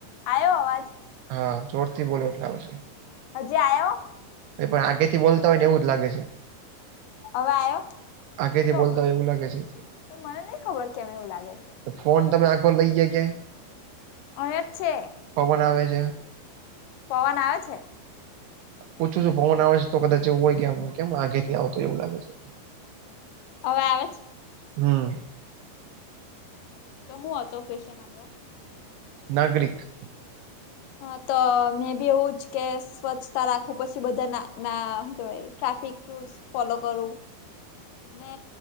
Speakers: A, on the left; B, on the right.
A: આયો અવાજ.
B: હા જોરથી બોલો એટલે આવશે.
A: હજી આયો.
B: પણ આગે થી બોલતા હોય ને એવું જ લાગે છે.
A: હવે આયો.
B: આગેથી
A: પણ
B: બોલતા હોય એવું લાગે છે
A: મને નહિ ખબર કેમ એવું લાગે છે.
B: તો તમે આખો ફોન લઈ ગઈ કયાં.
A: અયજ છે.
B: પવન આવે છે.
A: પવન આવે છે.
B: પૂછું છું પવન આવે છે તો કદાચ એવું હોય કે કેમ આગે થી આવતું એવું લાગે છે.
A: હવે આવે છે.
B: હમ.
A: તો શું હતો ક્વેશચન આપણો.
B: નાગરિક.
A: હા તો મેં બી એવું જ કે સ્વચ્છતા રાખું પછી બધા ના ના કેવાય ટ્રાફિક રૂલ્સ ફોલો કરું ને